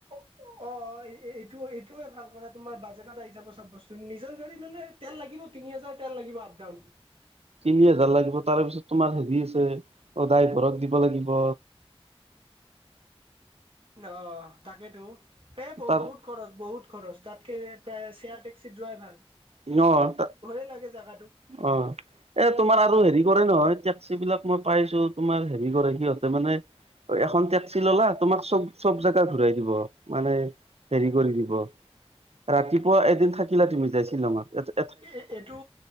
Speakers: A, on the right; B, on the right.
A: অহ, এইটো-এইটোয়ে ভাল কৰা তোমাৰ বাজেটত আহি যাব চব বস্তু। নিজৰ গাড়ী ল'লে তেল লাগিব, তিনি হাজাৰ তেল লাগিব আপ ডাউন।
B: তিনি হোজাৰ লাগিব, তাৰপিছত তোমাৰ হেৰি আছে অহ, ড্ৰাইভৰক দিব লাগিব।
A: অহ, তাকেইেতো এই ব-বহুত
B: তাত
A: খৰচ, বহুত খৰচ তাতকে প্ৰায় শেয়াৰ টেক্সিত যোৱাই ভাল।
B: ন' তা
A: ভালো লাগে জেগাটো।
B: অহ, এ তোমাৰ আৰু হেৰি কৰে নহয়, টেক্সিবিলাক মই পাইছোঁ তোমাৰ হেৰি কৰে সিহঁতে মানে এখন টেক্সি ল'লা তোমাক চব চব জাগা ঘূৰাই দিব, মানে হেৰি কৰি দিব। ৰাতিপুৱা এদিন থাকিলা তুমি যায় শ্বিলংত
A: এ এইটো,